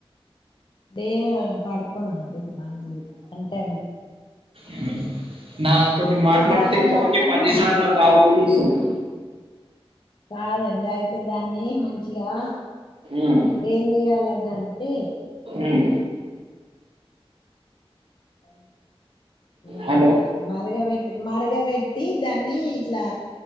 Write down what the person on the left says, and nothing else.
తే పడుకోలండి వన్ వీక్ అంటై
అయితే
దాన్ని
మొత్తము
కాదండి అయితే దాన్ని మంచిగా
ఏం జేయ్యాలడ అంటే
అ నా
మరగబెట్టి మరగబెట్టి దాన్ని ఇట్లా